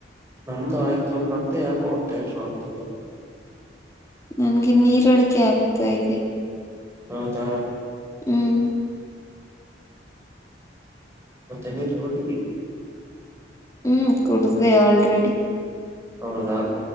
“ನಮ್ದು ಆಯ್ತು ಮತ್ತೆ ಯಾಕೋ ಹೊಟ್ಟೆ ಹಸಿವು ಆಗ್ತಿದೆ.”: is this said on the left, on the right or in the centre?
Right